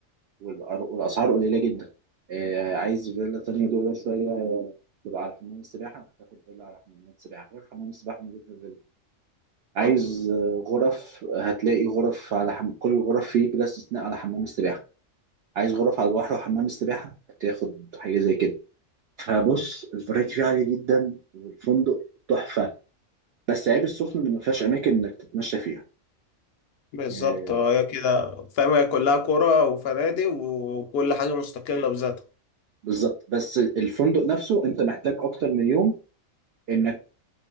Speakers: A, on the right; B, on the left.
A: والأر- والاسعار قليله جدا آه، عايز فيلا تانية جوه شوية تبقى على حمام السباحة هتاخد فيلا على حمام السباحة غير حمام السباحة موجود في الفيلا عايز غرف هتلاقي غرف على حم... كل الغرف فيه بلا استثناء على حمام السباحة عايز غرف على البحر وحمام السباحة هتاخد حاجة زي كده فبص الفرايتي فيه عالية جدا والفندق تحفة بس عيب السخنة اللي ما فيهاش أماكن إنك تتمشى فيها
B: بالظبط
A: آه،
B: اه هي كده فاهم هي كلها كورة وفنادق وكل حاجة مستقلة بذاتها
A: بالظبط بس الفندق نفسه أنت محتاج أكتر من يوم إنك